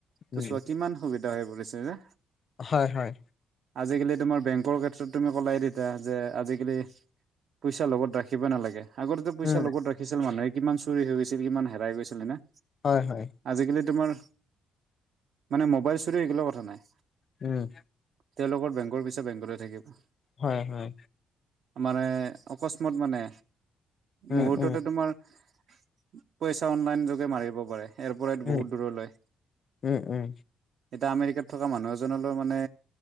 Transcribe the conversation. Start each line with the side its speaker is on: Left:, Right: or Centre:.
Right: ত'
Left: উম
Right: চোৱা কিমান সুবিধা হৈ পৰিছে যে।
Left: হয় হয়।
Right: আজিকালি তোমাৰ বেংকৰ ক্ষেত্ৰত তুমি ক'লাই তেতিয়া যে আজিকালি। পইচা লগত ৰাখিবই নালাগে। আগতেটো পইচা
Left: উম
Right: লগত ৰাখিছিল মানুহে কিমান চুৰি হৈ গৈছিল কিমান হেৰাই গৈছিল হয় না।
Left: হয় হয়।
Right: আজিকালি তোমাৰ মানে মোবাইল চুৰি এইগিলা কথা নাই।
Left: উম।
Right: তেওঁলোকৰ বেংকৰ পইছা বেংকতে থাকিব।
Left: হয়, হয়।
Right: মানে অকস্মাত মানে
Left: উম
Right: মুহূৰ্ততে
Left: উম
Right: তোমাৰ। পইচা অনলাইন যোগে মাৰিব পাৰে ইয়াৰ পৰাই
Left: উম
Right: বহুত দূৰলৈ।
Left: উম, উম।
Right: এতিয়া আমেৰিকাত থকা মানুহ এজনলৈ মানে